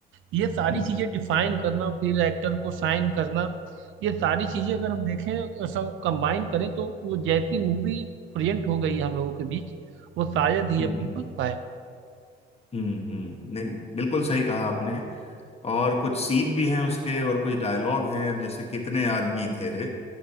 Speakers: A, on the right; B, on the left.
A: ये सारी
B: हम्म
A: चीजें
B: हम्म
A: डिफाइन करना फिर एक्टर को साइन करना ये सारी चीजें अगर हम देखें सब कंबाइन करें तो वो जैसी मूवी प्रेजेंट हो गई है हम लोगों के बीच वो शायद ही
B: हम्म
A: अब
B: हम्म।
A: बन पाए
B: हम्म हम्म नहीं बिल्कुल सही कहा आपने और कुछ सीन भी हैं उसके और कुछ डायलॉग हैं जैसे कितने आदमी थे रे